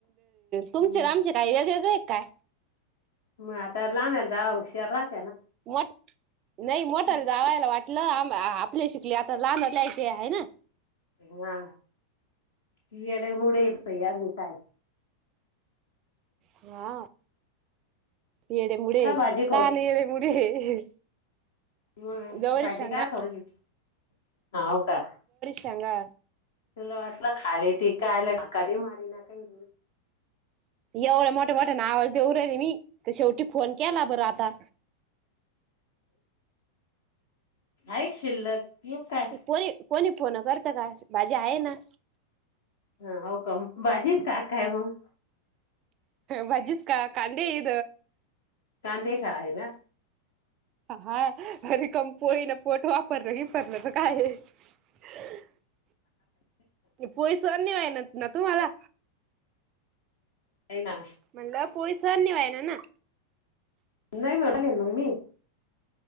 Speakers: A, on the right (about 35°); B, on the left (about 60°).
A: तुमचे
B: मग
A: आमचे काय वेगवेगळ एक काय
B: म आता ला आम्याल जा हुशारात
A: मोठ नाही मोटाल जावायला वाट म्हटलं आपले शिकले आता लहान लयचे आहे ना
B: हा कडे मुडे भई आ काय
A: हा येढे मुडे
B: का भाजी
A: काने येे मुडे
B: ह
A: गौरी
B: भाजी
A: शांगा
B: काय खाऊ घी हा हो का
A: सांगा
B: तुला वाटलं खाली त का आलं कधी मारी ना काय
A: एवढे मोठे मोठ्या ना आवाज देऊे रे मी तर शेवटी फोन केला बरं आता
B: ऐक शिल्लक येऊ काय
A: कोणी कोणी फोन करत का भाजी आहे ना
B: हा हो काम बाजीच काकाय मग
A: भजिस् का कांदे इ
B: कादे ख आ आहेला
A: हाय ररिकम पोळीन पोट वापरलं कीपरलं काय <unintelligible> पोरी सन नाय होईनात नाय तुम्हाला
B: नाही ना
A: म्हणलं पोलि सन निवाय ना ना
B: नाही म्हणाले मग मी